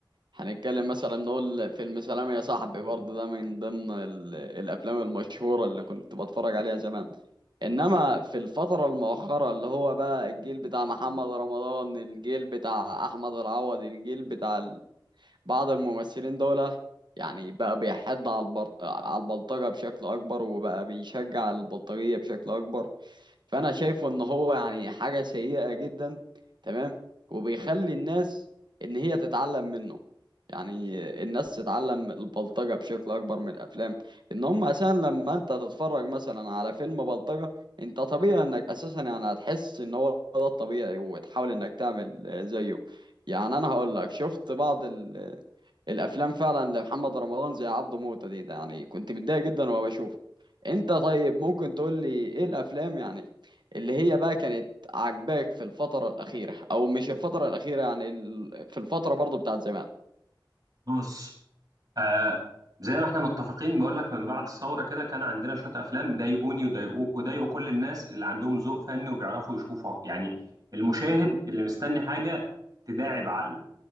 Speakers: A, on the right (about 65°); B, on the right (about 50°).
A: هنتكلم مثلا نقول فيلم سلام يا صاحبي برضه ده من ضمن ال- الافلام المشهوره اللي كنت بتفرج عليها زمان انما في الفتره المؤخره اللي هو بقى الجيل بتاع محمد رمضان الجيل بتاع احمد العوضي الجيل بتاع بعض الممثلين دول يعني بقى بيحد على البر... على البلطجة بشكل أكبر وبقى بيشجع البلطجية بشكل أكبر فأنا شايفه إن هو يعني حاجة سيئة جدا تمام وبيخلي الناس إن هي تتعلم منه يعني الناس تتعلم البلطجة بشكل أكبر من الأفلام إن هم أساسا لما أنت تتفرج مثلا على فيلم بلطجة أنت طبيعي إنك أساسا يعني هتحس إن هو ده الطبيعي وتحاول إنك تعمل زيه يعني أنا هقول لك شفت بعض ال الافلام فعلا لمحمد رمضان زي عبده موتة دي ده يعني كنت متضايق جدا وانا بشوفه انت طيب ممكن تقول لي ايه الافلام يعني اللي هي بقى كانت عاجباك في الفترة الأخيرة أو مش الفترة الأخيرة يعني ال- في الفترة برضو بتاعت زمان
B: بص آه زي ما احنا متفقين بقول لك من بعد الثوره كده كان عندنا شويه افلام ضايقوني وضايقوك وضايقوا كل الناس اللي عندهم ذوق فني وبيعرفوا يشوفوا يعني المشاهد اللي مستني حاجه تداعب عقله